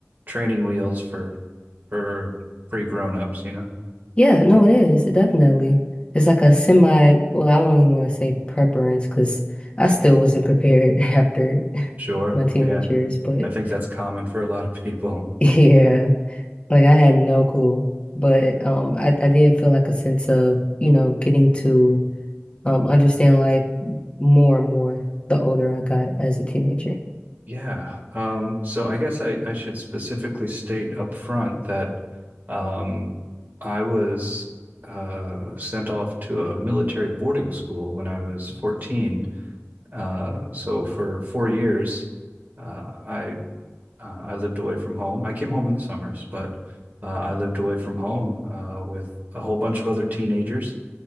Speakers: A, on the right; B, on the left.
A: training wheels for for pre grown ups, you know.
B: Yeah, no, it is. Definitely. It's like a semi, well, I don't even want to say preference because I still wasn't prepared <laughs> after
A: Sure.
B: my teenage
A: Yeah.
B: years, but
A: I think that's common for a lot of people.
B: <laughs> yeah, like I had no clue. But um I, I did feel like a sense of, you know, getting to um understand life more and more the older I got as a teenager.
A: Yeah. Um, so I guess I, I should specifically state up front that um, I was uh, sent off to a military boarding school when I was 14. Uh, so for four years, uh, I uh, I lived away from home. I came home in the summers, but uh, I lived away from home uh, with a whole bunch of other teenagers.